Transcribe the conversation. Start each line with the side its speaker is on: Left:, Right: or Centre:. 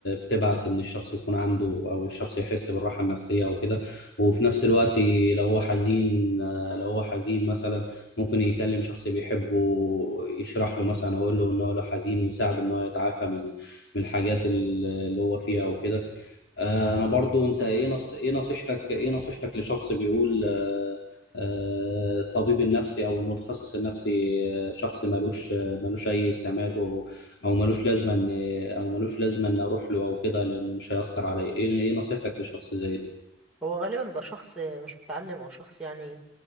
Left: بتبعث إن الشخص يكون عنده أو الشخص يحس بالراحة النفسية وكده وفي نفس الوقت لو هو حزين آه، لو هو حزين مثلا ممكن يكلم شخص بيحبه يشرح له مثلا ويقول له ان هو لو حزين ويساعده ان هو يتعافى من من الحاجات ال- اللي هو فيها وكده آه، انا برضو انت ايه نص ايه نصيحتك ايه نصيحتك لشخص بيقول آه، آه، الطبيب النفسي او المتخصص النفسي آه، شخص ملوش آه، ملوش اي سمات او او ملوش لازمه ان او ملوش لازمه ان اروح له او كده لانه مش هيأثر عليا ايه ايه نصيحتك لشخص زي ده
Centre: هو غالبا بيبقى شخص مش متعلم او شخص يعني